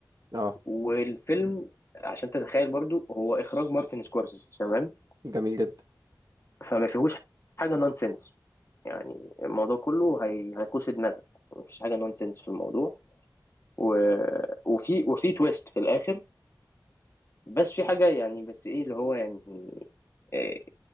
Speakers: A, on the right; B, on the left.
A: اه
B: والفيلم عشان تتخيل برضو هو اخراج مارتن سكورسيزي تمام
A: جميل جدا
B: فما فيهوش حاجه نونسنس يعني الموضوع كله هي... هيخش دماغك مفيش حاجه نونسنس في الموضوع و... وفي وفي تويست في الاخر بس في حاجه يعني بس ايه اللي هو يعني إيه